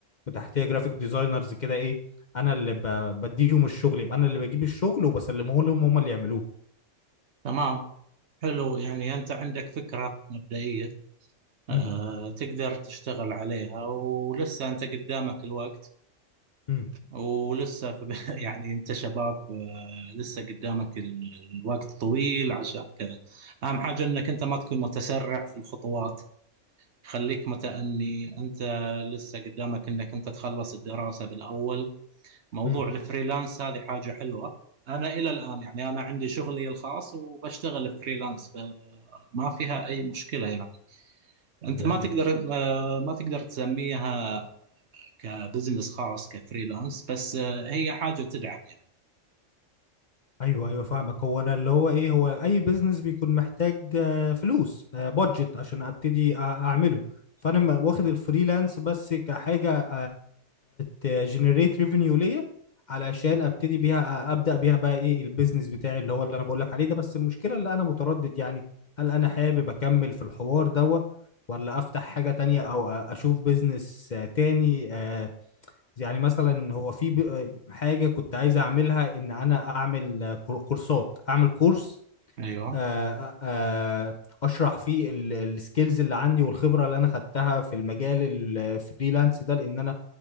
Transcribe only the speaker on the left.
وتحتيه جرافيك ديزاينرز كده ايه انا اللي ب... بديهم الشغل يبقى انا اللي بجيب الشغل وبسلمه لهم هم اللي يعملوه
امم
امم
امم
جميل
ايوه ايوه فاهمك هو انا اللي هو ايه هو اي بيزنس بيكون محتاج آه، فلوس بادجت عشان ابتدي أ- اعمله فانا م- واخد الفريلانس بس كحاجه تجنريت ريفينيو ليا علشان ابتدي بيها آه، ابدا بيها بقى ايه البيزنس بتاعي اللي هو اللي انا بقول لك عليه ده بس المشكله اللي انا متردد يعني هل انا حابب اكمل في الحوار دوا ولا افتح حاجه تانية او أ- اشوف بيزنس آه، تاني آه، يعني مثلا هو في ب- حاجة كنت عايز أعملها إن أنا أعمل كور- كورسات أعمل كورس
آه، آه، أشرح فيه السكيلز اللي عندي والخبرة اللي أنا خدتها في المجال الفريلانس ده لأن أنا